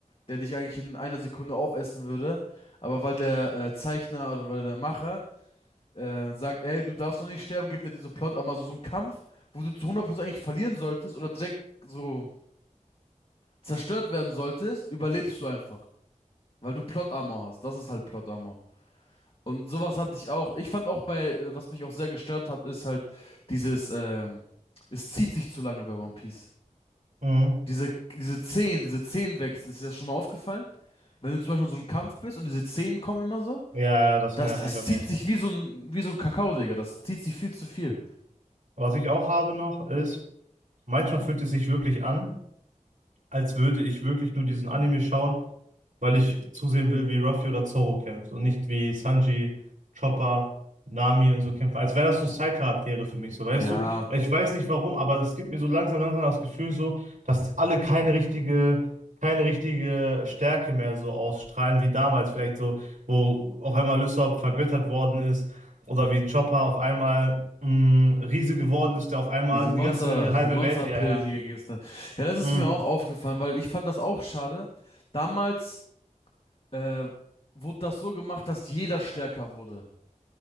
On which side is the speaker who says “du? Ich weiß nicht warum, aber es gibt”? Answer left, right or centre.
Right